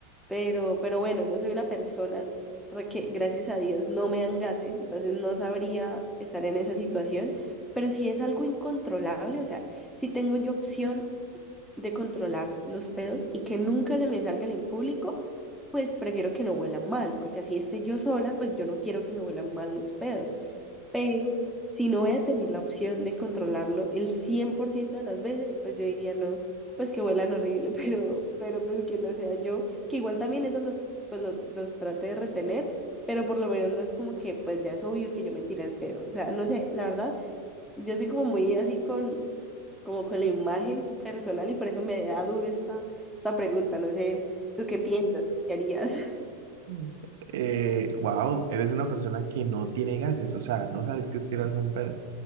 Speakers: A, in the centre; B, on the right.
A: pero, pero bueno, no soy una persona re- que gracias a Dios no me dan gases, entonces no sabría estar en esa situación, pero si es algo incontrolable, o sea, si tengo yo opción de controlar los pedos y que nunca se me salgan en público, pues prefiero que no huelan mal, porque así esté yo sola, pues yo no quiero que me huelan mal los pedos. Pero si no voy a tener la opción de controlarlo el 100% de las veces, pues yo diría no, pues que huelan horrible, <laughs> pero, pero pues que no sea yo, que igual también esos los, pues lo- los, trate de retener, pero por lo menos no es como que pues ya es obvio que yo me tire el pedo, o sea, no sé, la verdad, yo soy como muy así con, como con la imagen personal y por eso me da duro esta, esta pregunta, no sé, ¿tú qué piensas? ¿Qué harías? <laughs>
B: Mm. Eh, wow, eres una persona que no tiene gases, o sea, no sabes qué es tirarse un pedo.